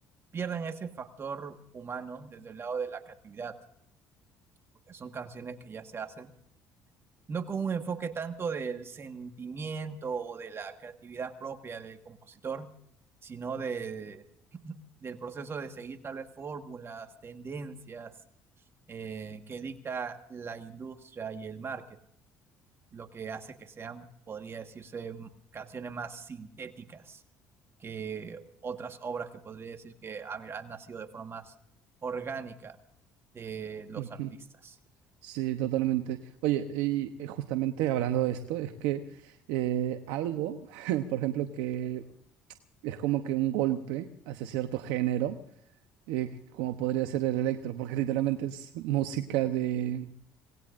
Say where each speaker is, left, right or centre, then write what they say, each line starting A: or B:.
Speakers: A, on the right; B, on the right.
A: pierden ese factor humano desde el lado de la creatividad, porque son canciones que ya se hacen no con un enfoque tanto del sentimiento o de la creatividad propia del compositor, sino de, del proceso de seguir tal vez fórmulas, tendencias eh, que dicta la industria y el market, lo que hace que sean, podría decirse, m- canciones más sintéticas que otras obras que podría decir que ah, mira, han nacido de forma más orgánica de los
B: Ujú.
A: artistas.
B: Sí, totalmente. Oye, y eh, justamente hablando de esto, es que eh, algo, <laughs> por ejemplo, que es como que un golpe hacia cierto género, eh, como podría ser el electro, porque literalmente es música de